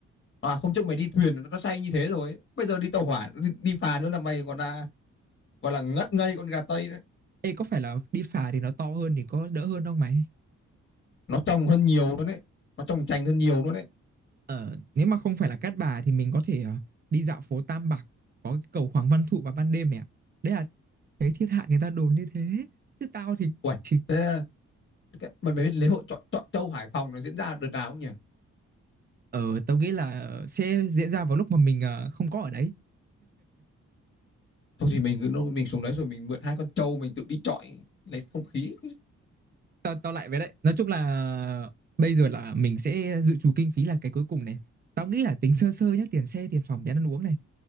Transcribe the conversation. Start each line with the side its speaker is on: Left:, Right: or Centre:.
Left: à không trước mày đi thuyền nó nó say như thế rồi. Bây giờ đi tàu hỏa, đi, đi phà nữa là mày còn là gọi là ngất ngây con gà tây đấy.
Right: Ê, có phải là đi phà thì nó to hơn thì có đỡ hơn không mày?
Left: Nó trong hơn nhiều luôn đấy. Nó trong chành hơn nhiều luôn đấy.
Right: Ờ, nếu mà không phải là Cát Bà thì mình có thể ờ, đi dạo phố Tam Bạc, có cái cầu Hoàng Văn Thụ vào ban đêm mẹ ạ. Đấy là cái thiên hạ người ta đồn như thế. Chứ tao thì
Left: Uầy,
Right: thì
Left: thế cái mà mày biết lễ hội chọi chọi trâu Hải Phòng nó diễn ra đợt nào không nhỉ?
Right: ờ tao nghĩ là sẽ diễn ra vào lúc mà mình ờ, không có ở đấy.
Left: Thôi thì mình cứ- mình xuống đấy rồi mình mượn hai con trâu mình tự đi chọi lấy không khí,
Right: tao tao lại với đấy nói chung là bây giờ là mình sẽ dự trù kinh phí là cái cuối cùng này tao nghĩ là tính sơ sơ nhá tiền xe tiền phòng tiền ăn uống này